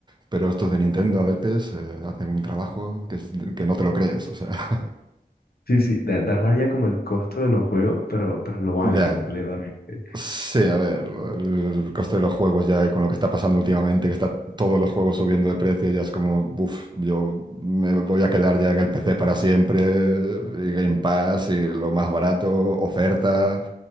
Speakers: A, on the right; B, on the left.
A: pero estos de Nintendo a veces eh, hacen un trabajo que, es- que no te lo crees, o sea. <laughs>
B: Sí, sí, da, da rabia como el costo de los juegos, pero, pero lo vale
A: Ya,
B: completamente.
A: Sí, a ver, el coste de los juegos ya y con lo que está pasando últimamente, que está todos los juegos subiendo de precio, ya es como, buf, yo me voy a quedar ya en el PC para siempre, y Game Pass, y lo más barato, oferta,